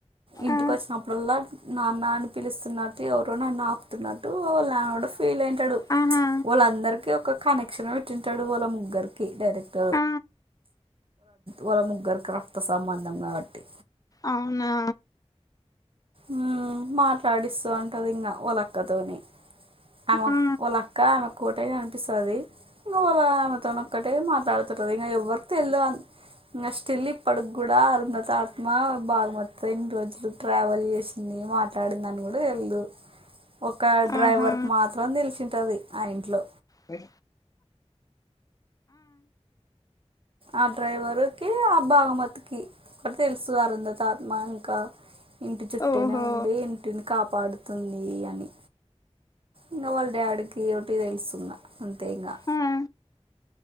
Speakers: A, on the right; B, on the left.
A: ఇంటికి
B: ఆ
A: వచ్చినప్పుడల్లా నాన్న అని పిలుస్తున్నట్టు ఎవరో నన్ను ఆప్ తున్నట్టు లావుడ ఫీల్ అయితడు
B: ఆహా
A: వాళ్ళందరికి ఒక కనెక్షన్ పెట్టింటాడు వాళ్ళ ముగ్గురికి డైరెక్ట్
B: ఆ
A: వాళ్ళ ముగ్గురికి రక్త సంబంధం కాబట్టి
B: అవునా
A: ఉమ్ మాట్లాడిస్తూ అంటది ఇంగా వాలక్కతోని ఆమె
B: ఆ
A: వాలాక్క క్కటే కనిపిస్తుంది ఇంగ వాళ్ళతోన ఒక్కటే మాట్లాడుతుంటది ఇంక ఎవ్వరి తెల్ళ ఇంగ స్టిల్ ఇప్పడు గూడా అరుంధతి ఆత్మా బాగు మత్తి ఇన్ని రోజులు ట్రావెల్ చేసింది మాట్లాడింద అని కూడా తెల్దు ఒక డ్రైవర్
B: ఆహా
A: కు మాత్రం తెలిసింటది ఆ ఇంట్లో
B: మే
A: ఆ డ్రైవరు కి ఆ బాగమతికి ఒక తెలుసు అరుంధతి ఆత్మ మా ఇంకా ఇంటి చుట్టేనే
B: ఓహో
A: ఉంది ఇంటిని కాపా డుతుంది అని ఇంకా వాళ్ళ డాడ్కి ఒకటి తెలుసు న్నా అంతే ఇంగా
B: ఆ